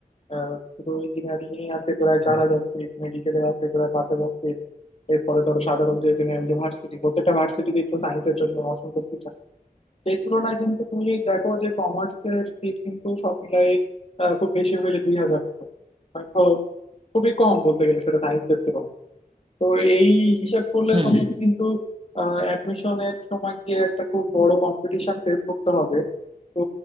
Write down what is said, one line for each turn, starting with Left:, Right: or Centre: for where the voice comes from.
Left: আহ, শুধু ইঞ্জিনিয়ারিং এ আছে প্রায়
Right: হুম।
Left: চার হাজার সিট মেডিকেলে আছে প্রায় পাঁচ হাজার সিট এরপরে ধরো সাধারণ যে জেনারেল যে ভার্সিটি প্রত্যেকটা ভার্সিটিতে তো সায়েন্সের জন্য অসংখ্য সিট আছে সেই তুলনায় কিন্তু তুমি যদি দেখো যে কমার্সের সিট কিন্তু সব মিলাই খুব বেশি হলে দুই হাজার মতো মানে খ- খুবই কম বলতে গেলে সেটা সায়েন্সদের তুলনায় তো এই হিসাব করলে
Right: হম
Left: তোমাকে
Right: হম
Left: কিন্তু অ্যাডমিশনের সময় গিয়ে একটা খুব বড় কম্পিটিশন ফেস করতে হবে তো